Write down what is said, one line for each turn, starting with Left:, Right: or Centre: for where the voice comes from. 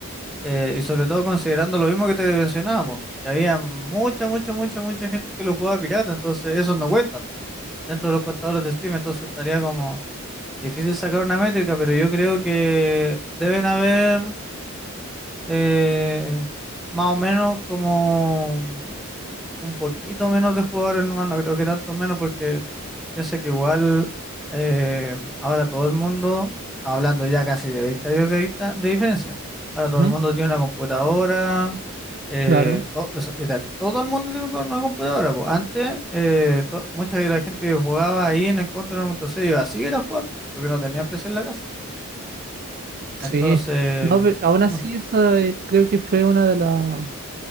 Centre: eh, y sobre todo considerando lo mismo que te mencionábamos, que había mucha, mucha, mucha, mucha gente que lo jugaba pirata, entonces esos no cuentan dentro de los contadores de Steam, entonces estaría como difícil sacar una métrica, pero yo creo que deben haber eh, más o menos como un poquito menos de jugadores nomás, no creo que tanto menos porque Piensa que igual eh, ahora todo el mundo, hablando ya casi de 20 años de, dista- de diferencia, ahora todo
Right: Ujú,
Centre: el mundo tiene una computadora, eh,
Right: Claro.
Centre: to- o sea, literal, todo el mundo tiene co- una computadora. po. Antes, eh, to- mucha de la gente que jugaba ahí en el Counter 1.6 iba así era a jugar, porque no tenían PC en la casa.
Right: Sí.
Centre: Entonces,
Right: No, pero aún así,
Centre: <laughs>
Right: esa eh, creo que fue una de las